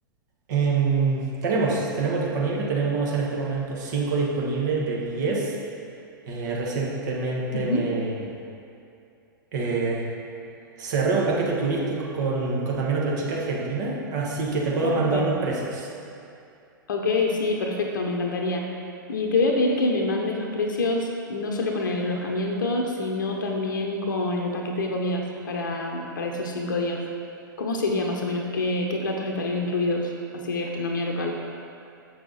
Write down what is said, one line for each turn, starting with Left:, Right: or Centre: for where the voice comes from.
Right: Em, tenemos, tenemos disponible. Tenemos en este momento 5 disponibles de 10. Eh, recientemente
Left: Ujú.
Right: me eh, cerré un paquete turístico con, con también otra chica argentina, así que te puedo
Left: Ah,
Right: mandar
Left: ok.
Right: los precios.
Left: Ok, sí, perfecto, me encantaría. Y te voy a pedir que me mandes los precios, no solo con el alojamiento, sino también con el paquete de comidas para, para esos cinco días. ¿Cómo sería más o menos? ¿Qué, qué platos estarían incluidos, así de gastronomía local?